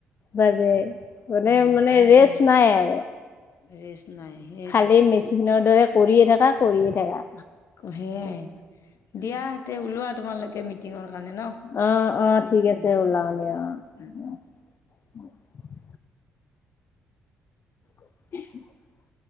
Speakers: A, on the left; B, on the left.
A: বাজে মানে
B: উম
A: মানে
B: সেইকাৰণে
A: ৰেষ্ট নাই আৰু।
B: ৰেষ্ট নাই সেইটো
A: খালি মেচিনৰ দৰে কৰিয়ে থাকা, কৰিয়ে থাকা।
B: সেয়াই। দিয়া হতে ওলোৱা তোমালোকে মিটিঙৰ কাৰণে ন,
A: অ', অ',
B: উম
A: ঠিক
B: উম।
A: আছে ওলাও
B: <unintelligible>
A: দিয়া অ'।
B: উম।
A: <inaudible> <inaudible>